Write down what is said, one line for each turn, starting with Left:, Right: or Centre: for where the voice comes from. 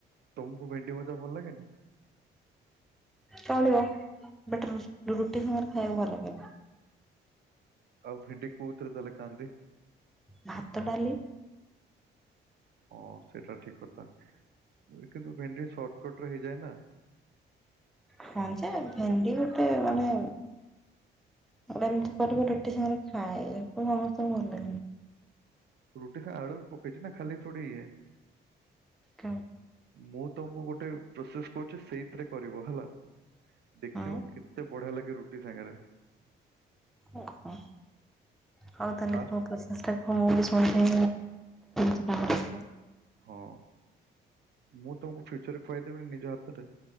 Right: ତମକୁ ଭେଣ୍ଡି ଭଜା ଭଲ ଲାଗେନି।
Centre: ଚଳିବ ବଟ ର ରୁଟି ସାଙ୍ଗରେ ଖାଇବାକୁ ଭଲ ଲାଗେନି।
Right: ଆଉ ଭେଣ୍ଡି କଉଥିରେ ତାହେଲେ ଖାଆନ୍ତି
Centre: ଭାତ ଡାଲି
Right: ହଁ ସେଇଟା ଠିକ କଥା କିନ୍ତୁ ଭେଣ୍ଡି ସର୍ଟକଟ ରେ ହେଇଯାଏ ନା
Centre: ହଁ ଯେ ଭେଣ୍ଡି ଗୋଟେ ମାନେ ଆ ଏମିତି କରିବ ରୁଟି ସାଙ୍ଗରେ ଖାଇଏ ଏମିତି ସମସ୍ତଙ୍କୁ ଭଲ ଲାଗନି
Right: ରୁଟି ସ ଆଳୁ ପକେଇଛି ନା ଖାଲି ଥୋଡ଼ି ଇଏ
Centre: କଁ
Right: ମୁଁ ତମକୁ ଗୋଟେ ପ୍ରୋସେସ କହୁଛି ସେଇଥିରେ କରିବ ହେଲା। ଦେଖିବ
Centre: ହଁ
Right: କେତେ ବଢିଆ ଲାଗେ ରୁଟି ସାଙ୍ଗରେ
Centre: ଓହୋ ହଉ ତାହେଲେ
Right: ଫାଷ୍ଟ
Centre: କ <unintelligible> ମୁଁ ଶୁଣି <unintelligible>
Right: ହଁ ମୁଁ ତମକୁ ଫ୍ୟୁଚରରେ ଖୁଆଇଦେବିନି ନିଜ ହାତରେ